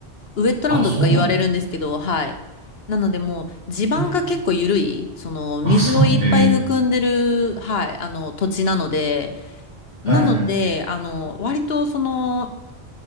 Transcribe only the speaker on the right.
あ、そうなんだ。
え、
あ、そう、へえ。
はい、
はい、はい。